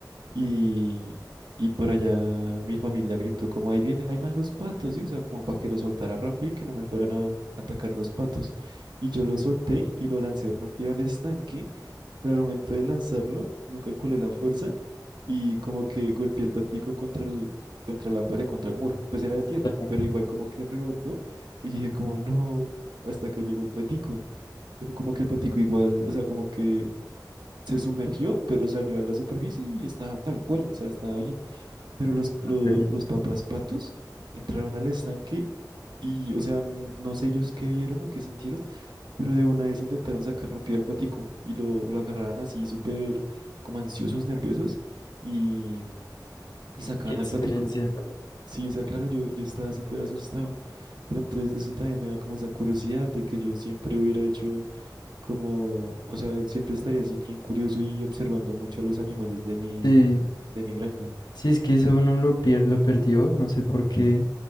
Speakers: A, on the right; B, on the left.
A: Y, y por allá mi familia gritó como, ahí viene, ahí van los patos, ¿sí? O sea, como para que lo soltara rápido y que no me fueran a atacar los patos. Y yo lo solté y lo lancé rápido al estanque, pero al momento de lanzarlo no calculé la fuerza y como que golpeé el patico contra el, contra la pared, contra el muro. Pues era de tierra,
B: Claro,
A: pero igual como que rebotó y dije como, no, hasta que llegó el patico. Pero como que el patico igual, o sea, como que se sumergió, pero salió a la superficie y estaba tal cual, o sea, estaba bien. Pero los, lo-
B: Qué
A: los papás patos entraron al estanque y, o sea, n- no sé ellos qué vieron o qué sintieron, pero de una vez intentaron sacar rápido al patico y lo, lo agarraban así súper como ansiosos, nerviosos y, y sacaban
B: qué experiencia.
A: al patico. Sí, o sea, claro, yo, yo estaba súper asustado, pero entonces eso también me da como esa curiosidad de que yo siempre hubiera hecho como, o sea, siempre estaría así bien curioso y observando mucho a los animales de mi,
B: Sí,
A: de mi granja.
B: sí, es que eso uno lo pier- lo perdió, no sé por qué.